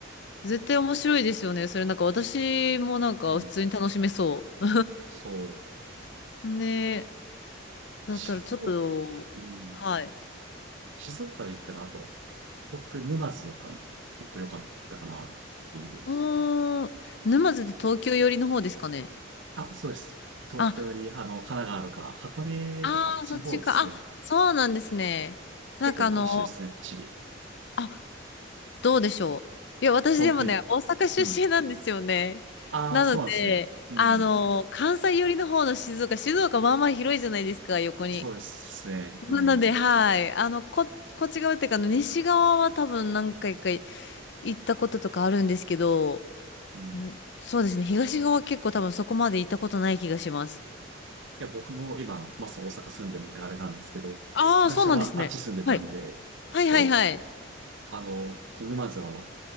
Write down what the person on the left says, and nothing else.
絶対面白いですよね。それなんか私もなんか普通に楽しめそう。
<laughs> ねだったらちょっと、
はい。
うーん、沼津で東京寄りの方ですかね。
あ、
ああ、
そっちか。あ、そうなんですね。なんかあの、
あ、どうでしょう。いや、私でもね、
大阪出身なんですよね。
なので、
あの、関西寄りの方の静岡、静岡まあまあ広いじゃないですか、横に。
なので、
はい。あの、こ、こっち側っていうか、あの、西側は多分何回か行ったこととかあるんですけど、
んそうですね。東側は結構多分そこまで行ったことない気がします。
ああ、
そうなんですね。はい。はいはいはい。